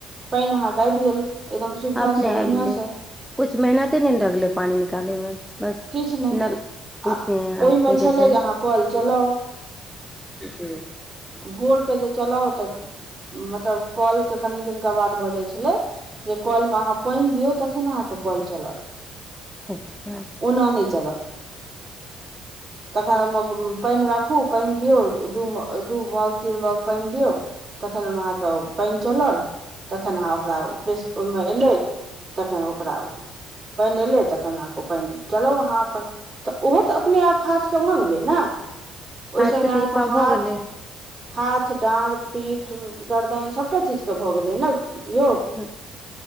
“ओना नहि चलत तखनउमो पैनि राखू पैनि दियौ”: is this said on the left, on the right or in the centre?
Right